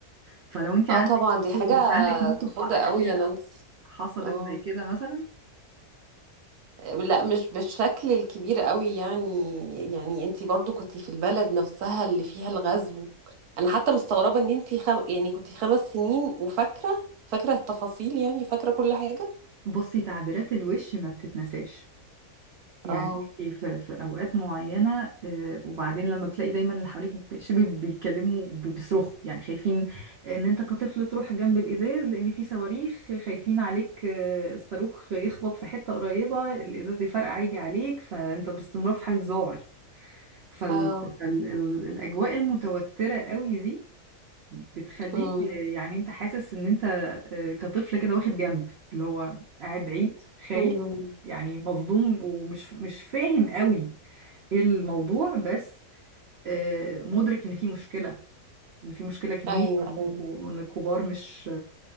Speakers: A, on the right; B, on the right.
A: فلو انت عندك
B: اه طبعا دي حاجه
A: وانت عندك موقف
B: تخض
A: ح-
B: قوي
A: حاجه
B: يا نانسي
A: حصلت
B: اه
A: زي كده مثلا
B: لا مش بالشكل الكبير قوي يعني يعني انتي برضو كنتي في البلد نفسها اللي فيها الغزو انا حتى مستغربة ان انتي خم... يعني كنتي خمس سنين وفاكرة فاكرة التفاصيل يعني فاكرة كل حاجة
A: بصي تعبيرات الوش ما بتتنساش يعني
B: اه
A: انت في, في اوقات معينه آه، وبعدين لما بتلاقي دايما اللي حواليك ب- شبه بيتكلموا ب- بيصرخوا يعني خايفين ان انت كطفل تروح جنب الازاز لان في صواريخ خايفين عليك آه، الصاروخ يخبط في حته قريبه الازاز يفرقع يجي عليك فانت باستمرار في حال ذعر فالاجواء
B: اه
A: المتوتره قوي دي بتخليك
B: امم
A: يعني انت حاسس ان انت آه، كطفل كده واخد جنب اللي هو قاعد بعيد خايف
B: امم
A: يعني مصدوم ومش مش فاهم قوي ايه الموضوع بس آه، مدرك ان في مشكلة ان في مشكلة كبيرة
B: ايوه
A: وان
B: ايوه
A: الكو- وإن الكبار مش